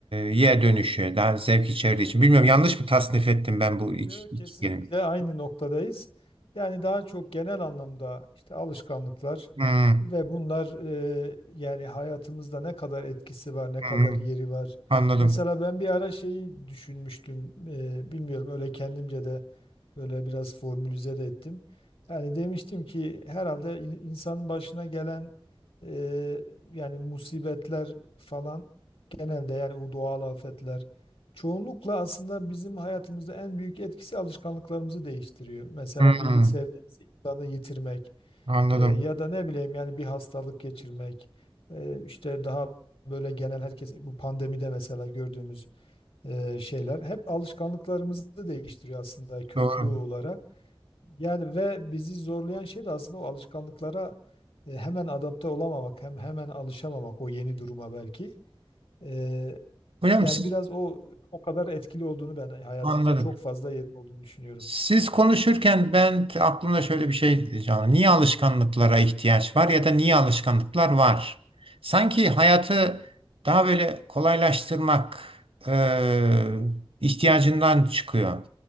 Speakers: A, on the right (about 75°); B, on the left (about 75°).
A: ye dönüşü daha zevk içerdiği için. Bilmiyorum yanlış mı tasnif ettim ben bu iki,
B: Yo, kesinlikle
A: iki kelime?
B: aynı noktadayız. Yani daha çok genel anlamda işte alışkanlıklar
A: Hmm,
B: ve bunlar e, yani hayatımızda ne kadar etkisi var, ne
A: hmm,
B: kadar yeri var.
A: anladım.
B: Mesela ben bir ara şeyi düşünmüştüm, e, bilmiyorum öyle kendimce de böyle biraz formülize de ettim. Yani demiştim ki herhalde in- insanın başına gelen e, yani musibetler falan genelde yani bu doğal afetler Çoğunlukla aslında bizim hayatımızda en büyük etkisi alışkanlıklarımızı değiştiriyor. Mesela
A: Hmm,
B: bir sevdiğimiz insanı yitirmek
A: anladım.
B: e, ya da ne bileyim yani bir hastalık geçirmek e, işte daha böyle genel herkes bu pandemide mesela gördüğümüz e, şeyler hep alışkanlıklarımızı da değiştiriyor aslında köklü
A: Doğru.
B: olarak. Yani ve bizi zorlayan şey de aslında o alışkanlıklara e, hemen adapte olamamak, hem hemen alışamamak o yeni duruma belki. E,
A: Hocam
B: yani
A: siz
B: biraz o o kadar etkili olduğunu ben hayatımıza
A: anladım.
B: çok fazla yerin olduğunu düşünüyorum.
A: Siz konuşurken ben t- aklımda şöyle bir şey canlı. Niye alışkanlıklara ihtiyaç var ya da niye alışkanlıklar var? Sanki hayatı daha böyle kolaylaştırmak e, ihtiyacından çıkıyor.